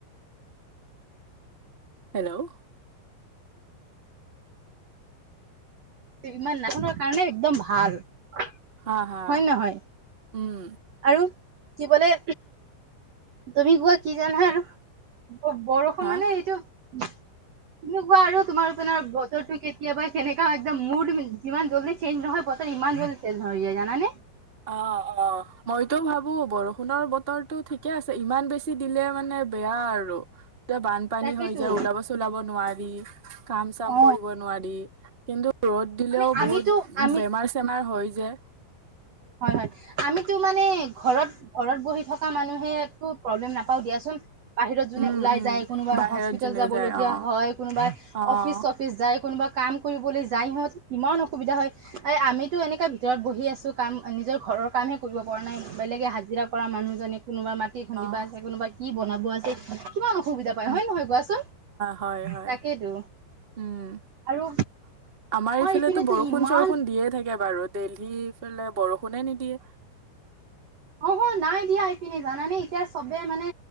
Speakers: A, on the right; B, on the right.
A: হেল্ল'
B: কিমান কাৰণে একদম ভাল হয়
A: হা হা
B: নহয়
A: উম
B: আৰু কি বলে তুমি গোৱাা কি জান হ বৰষুণ
A: হা
B: মানে এইটো তেনেকুৱা আৰু তোমাৰপোনাৰ বতৰটো কেতিয়াবা যেনেকা একদম মুড যিমান জলদি চেঞ্জ নহয় বতৰ ইমান জল্দি চেঞ্জ হৈ যায়। জানানে
A: অ' অ' মইতো ভাবো বৰষুণৰ বতৰটো ঠিকে আছে। ইমান বেছি দিলে মানে বেয়া আৰু এতিয়া বানপানী
B: তাকেইতো
A: হৈ যায় ওলাব চোলাব নোৱাৰি। <unintelligible> কাম চাম
B: অ
A: কৰিব নোৱাৰি কিন্তু ৰ'দ দিলেও
B: মানে
A: বহুত
B: আমিতো আমি
A: বেমাৰ চেমাৰ হৈ যায়।
B: হয় হয় আমিতো মানে ঘৰত ঘৰত বহি থাকো। থকা মানুহে একো প্ৰব্লেম নাপাও দিয়াচোন। বাহিৰত যোনে
A: উম
B: ওলাই
A: উম
B: যায় কোনোবাই
A: বাহিৰত
B: হস্পিতেল
A: যোনে
B: যাব
A: যায়
B: লগগীয়া
A: অ
B: হয়। কোনোবাই
A: অ
B: অফিচ চফিচ যায় কোনোবা কাম কৰিবলৈ যাই সিহঁত কিমান অসুবিধা হয়, এই আমিতো এনেকুৱা ভিতৰত বহি আছোঁ। কাম নিজৰ ঘৰৰ কামহে কৰিব পৰা নাই বেলেগে হাজিৰা কৰা মানুহজননে কোনোবা মাটি খুন্দিবা
A: অ
B: আছে কোনোবা কি বনাব আছে। কিমান অসুবিধা পায়
A: উ'ম
B: হয় নহয় কোৱাচোন
A: হয়, হয়
B: তাকেইতো
A: উ'ম
B: আৰু
A: আমাৰ ইফালেতো
B: ইপিনেতো
A: বৰষুন
B: ইমান
A: চৰষুণ দিয়ে থাকে বাৰু দেইহিফালে বৰষুণ নে নিদিয়ে।
B: অ'হ নাই দিয়া এইপিনে জানানে এতিয়া চবে মানে